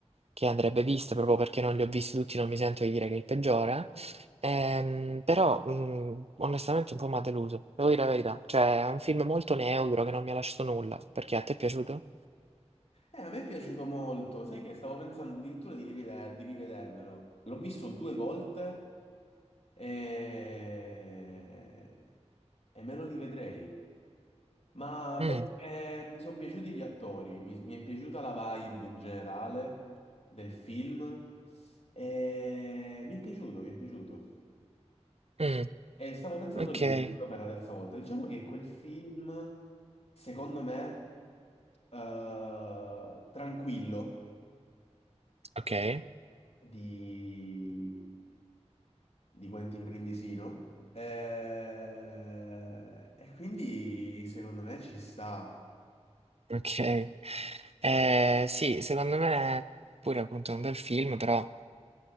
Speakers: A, on the right; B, on the left.
A: che andrebbe vista, proprio perché non li ho visti tutti, non mi sento di dire che è il peggiore. Ehm, però, mhmm, onestamente un po' m'ha deluso, devo dire la verità. Cioè è un film molto neutro che non mi ha lasciato nulla. Perché, a te è piaciuto?
B: Eh, a me è piaciuto molto, sai che stavo pensando addirittura di, riveder- di rivedermelo. L'ho visto due volte e... e me lo rivedrei. Ma
A: Mh,
B: perché mi sono piaciuti gli attori, mi, mi è piaciuta la vibe in generale del film e mi è piaciuto, mi è piaciuto.
A: mh,
B: E stavo pensando
A: okay.
B: di rivederlo per la terza volta. Diciamo che quel film, secondo me, eh, tranquillo.
A: Okay.
B: di, di Quentin Brindisino. Eh, e quindi secondo me ci sta.
A: Ok. Eh, sì, secondo me pure appunto è un bel film, però